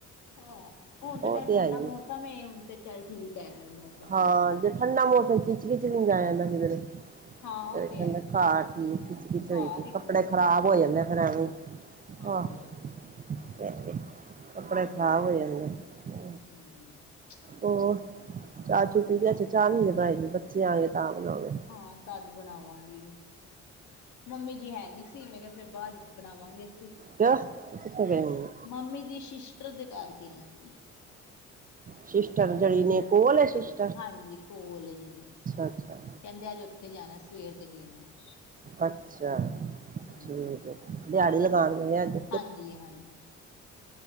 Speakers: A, on the left; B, on the right.
A: ਹਾਂ, ਹੁਣ
B: ਉਹ
A: ਤਾਂ ਚੱਲ
B: ਤੇ
A: ਠੰਡਾ
B: ਹੈ ਹੀ
A: ਮੌਸਮ ਹੁਣ ਤੇ ਚੱਲ ਠੀਕ ਐ। ਮੌਸਮ
B: ਹਾਂ, ਜੇ ਠੰਡਾ ਮੌਸਮ ਖਿੱਚ ਖਿਚ ਵੀ <unintelligible> ਫੇਰ
A: ਹਾਂ ਉਹ
B: ਕਹਿੰਦੇ
A: ਤੇ ਹੈ
B: ਘਰ ਠੀਕ ਕਿਚ ਕਿਚ ਹੋਈ
A: ਘਰ
B: ਸੀ
A: ਹੀ
B: ਕੱਪੜੇ ਖਰਾਬ ਹੋ ਜਾਂਦੇ ਆ ਫੇਰ ਐਵੇਂ।
A: ਹਾਂਜੀ-ਹਾਂਜੀ।
B: ਆਹ <unintelligible> ਕੱਪੜੇ ਖ਼ਰਾਬ
A: ਤੇ ਹੈ।
B: ਹੋ ਜਾਂਦੇ ਆ
A: ਹੂੰ
B: ਹੋਰ। ਚਾਹ
A: ਹੋਰ
B: ਚੂ ਪੀ ਲੀ ਅੱਜ ਚਾਹ ਨੀ ਜੇ ਬਣਾਈ ਬੱਚੇ ਆਗੇ ਤਾਂ ਬਣਾਵਾਂਗੇ।
A: ਹਾਂ ਤਦ ਬਣਾਵਾਂਗੀ। ਮੰਮੀ ਜੀ ਹੈ ਨੀ ਸੀ ਮੈਂ ਕਿਆ ਫਿਰ ਬਾਦ ਵਿੱਚ ਬਣਾਵਾਂਗੇ ਅਸੀ।
B: ਕਿਉਂ ਕਿੱਥੇ ਗਏ ਮੰਮੀ
A: ਮੰਮੀ ਦੀ ਸ਼ਿਸ਼ਟਰ ਦੇ ਘਰ ਗਏ ਆ ਅਪਣੀ।
B: ਸ਼ਿਸ਼ਟਰ ਜੇੜੀ ਨੇ ਕੋਲ ਏ ਸ਼ਿਸ਼
A: ਹਾਂਜੀ, ਕੋਲ ਏ ਜੇੜੀ
B: ਅੱਛਾ
A: ਕੈਂਦੇ ਅੱਜ ਉੱਥੇ ਜਾਣਾ ਸਵੇਰ ਦੇ ਗਏ ਓਏ ਆ।
B: ਅੱਛਾ,
A: ਹੂੰ
B: ਠੀਕ ਦਿਆੜੀ ਲਗਾਣ ਗਈ ਅੱਜ।
A: ਹਾਂਜੀ ਹਾਂਜੀ